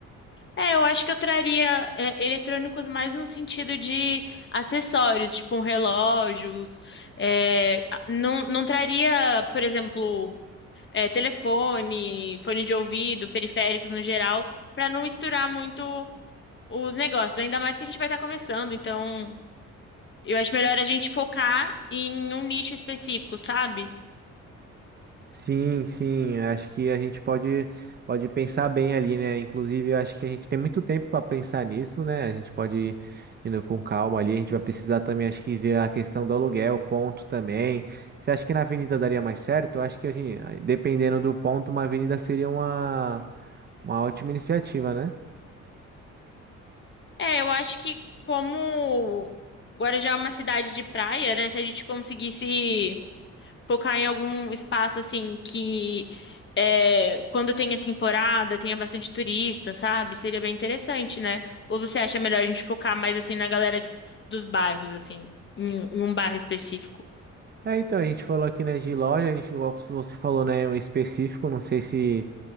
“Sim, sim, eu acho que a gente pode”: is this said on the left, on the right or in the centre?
Right